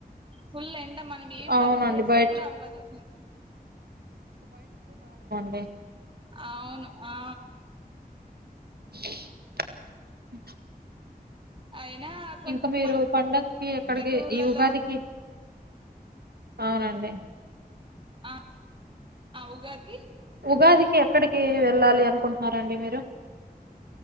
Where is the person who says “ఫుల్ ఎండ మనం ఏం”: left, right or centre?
Right